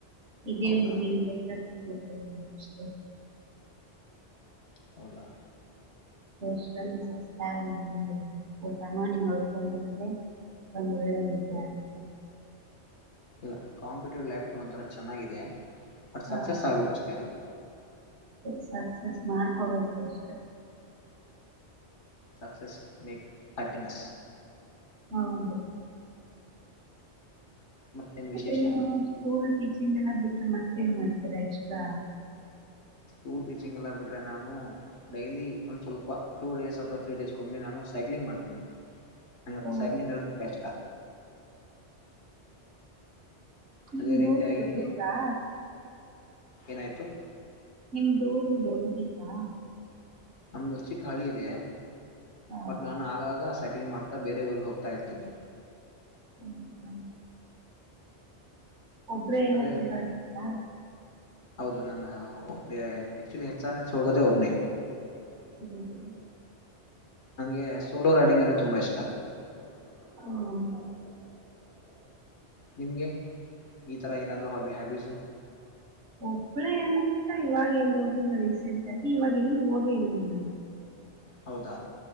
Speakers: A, on the right; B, on the left.
A: ಇದೇ
B: ಹೌದಾ
A: ಮುಗಲಿ
B: ಹೌದು
A: ಎತಿರ್ತೇವೆ ನಾ ಅರಿ <unintelligible>
B: ಹೌದಾ
A: ಷ್ಟಲ್ಲಿ ಸವಸ್ತಾಗಿ ಬಂದುಡಮಾಣಿ ಮಾಡಕೊಂಡಿ ಒಂದು ವೇಳೆ ಮುಖೆ ಆಗುತ್ತೆ
B: ಇಲ್ಲ ಕಾಂಪ್ಯೂಟರ್ ಲ್ಯಾಪ್ಟಾಪ್ ಒಂತರ ಚೆನ್ನಾಗಿದೆ ಬಟ್
A: ಹಾ
B: ಸಕ್ಸಸ್ ಆಗ್ಬೇಕು ಅಷ್ಟೇ ಅಲ್ಲಿ
A: ಸಾತ್ ಸತ್ ಮಾಡ್ಕೋಬೇಕು ಅಷ್ಟೆ
B: ಸಕ್ಸಸ್ ಮೇಕ್ ಹ್ಯಾಪಿನೆಸ್
A: ಹೌದು
B: ಮತ್ತೇನು
A: ಮತ್ತೆ
B: ವಿಶೇಷ
A: ನೀವು ಸ್ಕೂಲ್ ಟೀಚಿಂಗ್ ಎಲ್ಲ ಬಿಟ್ಟ ಮತ್ತೇನ್ ಮಾಡ್ತೀರಾ ಎಕ್ಸ್ಟ್ರಾ
B: ಸ್ಕೂಲ್ ಟೀಚಿಂಗ್ ಎಲ್ಲ ಬಿಟ್ರೆ ನಾನು ಡೈಲಿ ಒಂದ್ ಸ್ವಲ್ಪ ಟೂ ಡೇಸ್ ಅಥವಾ ತ್ರೀ ಡೇಸ್ ಕೊಮ್ಮೆ ನಾನು ಸೈಕ್ಲಿಂಗ್ ಮಾಡ್ತೀನಿ ನನಗೆ
A: ಓ
B: ಸೈಕ್ಲಿಂಗ್ ಅಂದ್ರೆ ಕಷ್ಟ
A: ಹ್ಮ
B: ಅದೇ
A: ದೂರ
B: ರೀತಿಯಾಗಿ
A: ದೂರಾ
B: ಏನಾಯ್ತು
A: ನಿಮ್ದೂರು ದೊಡ್ಡದಯ್ತಾ
B: ನಮ್ದು ಚಿಕ್ಕ ಹಳಿ ಇದೆ
A: ಹಾ
B: ಬಟ್ ನಾನು ಆಗಾಗ ಸೈಕ್ಲಿಂಗ್ ಮಾಡ್ತಾ ಬೇರೆ ಊರುರ್ಗೆ ಹೋಗ್ತಾ ಇರ್ತೀನಿ
A: ಹದ <unintelligible> ಒಬ್ರೇ ಎಲ್ಲ
B: ಅದೇ
A: ತಿರಿಗತಾರಾ
B: ರೀತಿ ಹೌದು ನಾನು ಒ ಆಕ್ಚುಲಿ ಹೆಚ್ಚ ನೆಚ್ ಹೋಗೋದೇ ಒಬ್ಬನೆ
A: ಹ್ಮ್ ಹ್ಮ
B: ನಂಗೆ ಸೋಲೋ ರೈಡಿಂಗ್ ಅಂದ್ರೆ ತುಂಬಾ ಇಷ್ಟ
A: ಹ
B: ನಿಮ್ಗೆ ಈ ತರ ಏನಾದ್ರು ಹಾಬಿ ಹ್ಯಾಬೀಸ್
A: ಒಬ್ಬಳೇ ಏನು ಅಂತ ಇವಾಗ ಎಲ್ಲಿ ಹೋಗಿಲ್ಲ ರೀಸೆಂಟ್ ಆಗಿ ಇವಾಗ ಎಲ್ಲ ಹೋಗಿಲ್ಲ ನಾನು
B: ಹೌದಾ